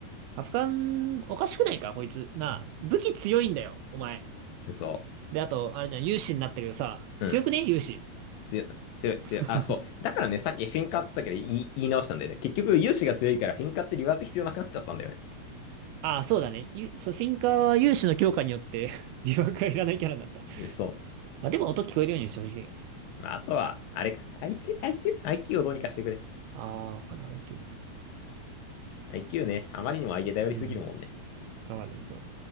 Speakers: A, on the right (about 80°); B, on the left (about 80°).
A: カプカン、おかしくないか、こいつ。なあ、武器強いんだよ、お前。
B: うん、そ
A: で、あと、あれじゃん、勇士になったけどさ、
B: う。
A: 強くね勇士。
B: うん。強い、強い、
A: <laughs>
B: 強い。あ、そう。だからね、さっきフィンカーって言ったけど、言い、言い直したんだよね。結局、融資が強いから、フィンカーってリワーク必要なくなっちゃったんだよね。
A: ああ、そうだね。ゆそう、フィンカーは勇士の強化によって <laughs> 疑惑がいらないキャラになった。
B: そ
A: まあでも音聞こえるようにしてほしいよね。
B: う。まあ、あとは、あれか。IQ、IQ、IQ をどうにかしてくれ。
A: ああ、わかる、IQ。
B: IQ ね、あまりにも相手頼りすぎるもんね。
A: うん。わかる、そう。